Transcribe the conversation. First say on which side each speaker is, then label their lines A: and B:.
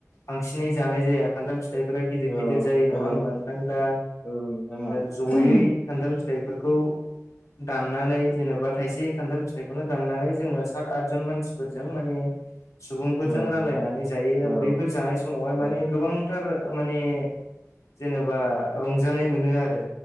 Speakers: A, on the left (about 75°); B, on the left (about 25°).
A: बांसिनै जानाय जाया। खान्थाल फिथाइफोरा गिदिर
B: औ
A: गिदिर जायो नङा
B: औ
A: होमबा नोंथां दा
B: औ नोंथां औ
A: जोङो जयै। खान्थाल फिथाइफोरखौ दाननानै जेन'बा थायसे खान्थाल फिथाइखौनो दाननानै जोङो सात आतजन मानसिफोरजों माने। सुबुंफोरजों
B: औ
A: रानलायनानै
B: नोंथां
A: जायो
B: औ औ
A: बैफोर जानाय समावहाय
B: औ
A: माने गोबांथार माने। जेनेबा रंजानाय मोनो आरो